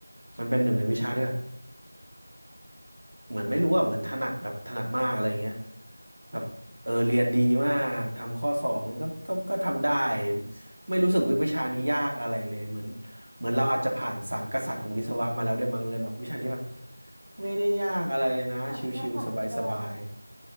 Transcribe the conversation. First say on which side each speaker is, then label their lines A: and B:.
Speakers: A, on the right; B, on the right.
A: มันเป็นหนึ่งในวิชาที่แบบ เหมือนไม่รู้อ่ะเหมือนถนัดแบบถนัดมากอะไรเงี้ยแบบเออเรียนดีมากทำข้อสอบมันก็ก็ก็ทำได้ไม่รู้สึกว่าวิชานี้ยากอะไรเลยเหมือนเหมือนเราอาจจะผ่านสามกษัตริย์ของวิศวะมาแล้วด้วยมั้งเลยแบบวิชานี้แบบไม่ได้ยากอะไรเลยนะชิวๆสบาย
B: สามกษัตริย์คืออะไรเหรอคะ